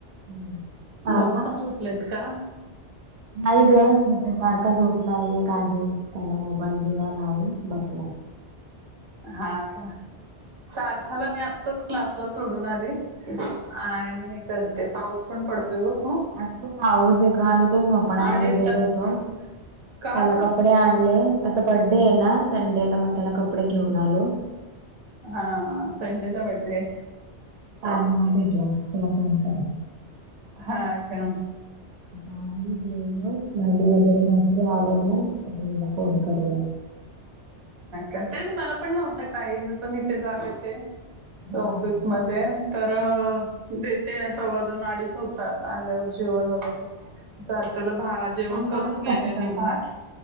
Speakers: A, on the right; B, on the right.
A: हम्म. बारका
B: दोघं पण झोपलेत का
A: नाही ग हे तर बारका झोपला एक आहे त्याला मोबाईल दिला लावून बसला
B: हा का सार्थाला मी आत्ताच क्लासला सोडून आली आणि हे करते पाऊस पण पडतोय ओ खूप
A: आज खुप पाऊस आहे ग आम्ही तेच मोपाण्यामध्ये
B: आणि
A: गेलो
B: त्यात
A: होतो
B: का
A: त्याला
B: ग
A: कपडे आणले त्याता बर्थडे आहे ना संडेला मग त्याला कपडे घेऊन आलो
B: हा संडे ला बड्डे
A: आणि मग भेटूया त्याला फोन कर
B: हा का
A: झाली आदी जेवले भांडी वगैरे घासली आवरलं म आता फोन करूया
B: अ तेच मला पण नव्हतं टाईमी पण इथे जाते ते
A: हा
B: त ऑफिसमध्ये
A: हा हा
B: तर देते सव दोन अडीच होतात आल्यावर जेवण वगैरे सार्थाला जेवण
A: बनून
B: करून गेलेली
A: जाते का ग?
B: भात